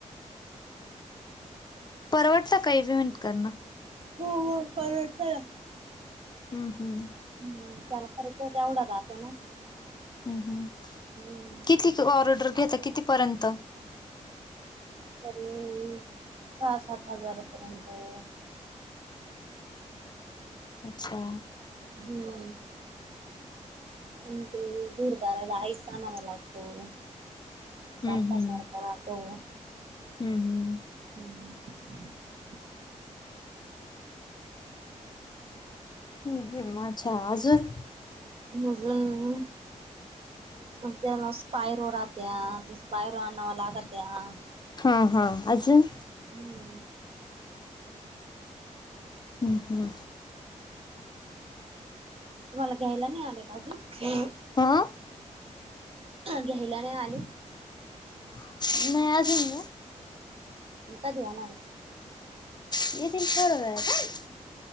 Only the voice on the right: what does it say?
हो हो परवडत ना.
हम्म त्याला खर्च तेवढा जातो ना?
हम्म
तरी सहा सात हजारापर्यंत.
हम्म आणि ते दूर करायला <unintelligible> हो बर्फासारखा
राहतो.
हम्म.
अजून त्याला स्पायरो राहत्या, ते स्पायरो आणावं लागत्या.
हम्म
तुम्हाला घ्यायला नाही आले का अजून?
घ्यायला आणि आले.
मग कधी येणार हाय?